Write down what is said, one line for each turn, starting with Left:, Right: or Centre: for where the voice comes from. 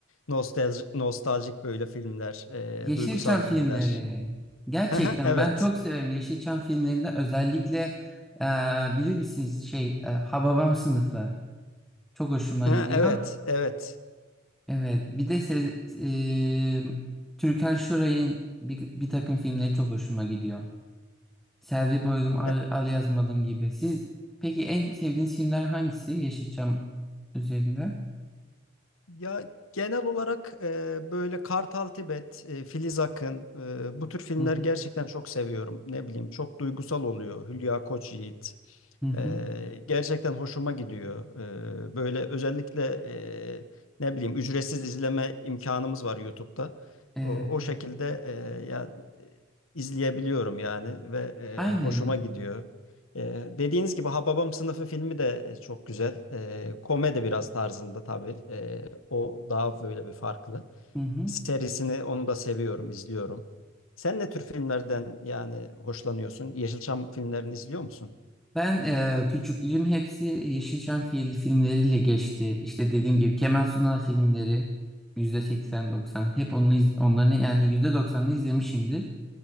Left: Nostalji, nostaljik böyle filmler, e,
Centre: Yeşilçam
Left: duygusal filmler.
Centre: filmleri. Gerçekten
Left: <laughs> Evet.
Centre: ben çok severim Yeşilçam filmlerinde özellikle e, bilir misiniz şey e, Hababam sınıfı. Çok hoşuma
Left: Ha,
Centre: gidiyor.
Left: Evet, evet.
Centre: Evet, bir de se eee, Türkan Şoray'ın bir, bir takım filmleri çok hoşuma gidiyor. Selvi Boylum, Al,
Left: E,
Centre: Al Yazmadım gibi. Siz peki en sevdiğiniz filmler hangisi Yeşilçam üzerinde?
Left: Ya genel olarak e, böyle Kartal Tibet, e, Filiz Akın e, bu tür filmler
Centre: Hı hı,
Left: gerçekten çok seviyorum. Ne bileyim çok duygusal oluyor. Hülya Koçyiğit.
Centre: hı hı.
Left: E, gerçekten hoşuma gidiyor. E, böyle özellikle e, ne bileyim ücretsiz izleme imkanımız var YouTube'da.
Centre: Evet,
Left: O, o şekilde e, ya, izleyebiliyorum yani ve
Centre: aynen
Left: e, hoşuma
Centre: ya.
Left: gidiyor. Ee, dediğiniz gibi Hababam Sınıfı filmi de e, çok güzel. Ee, komedi biraz tarzında tabii. Ee, o daha böyle bir farklı.
Centre: Hı hı.
Left: Serisini onu da seviyorum, izliyorum. Sen ne tür filmlerden yani hoşlanıyorsun? Yeşilçam filmlerini izliyor musun?
Centre: Ben eee, küçüklüğüm hepsi Yeşilçam fil, filmleriyle geçti. İşte dediğim gibi Kemal Sunal filmleri %80-90. Hep onu, iz- onların yani %90'ını izlemişimdir.